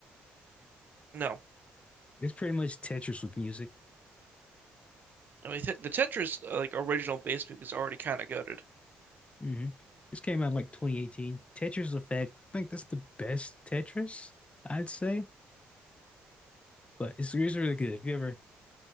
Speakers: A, on the right; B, on the left.
A: No.
B: It's pretty much Tetris with music.
A: I mean, the Tetris uh, like original basement is already kind of goated.
B: hmm This came out in like 2018. Tetris Effect. I think that's the best Tetris, I'd say. But it's, it's really good. If you ever,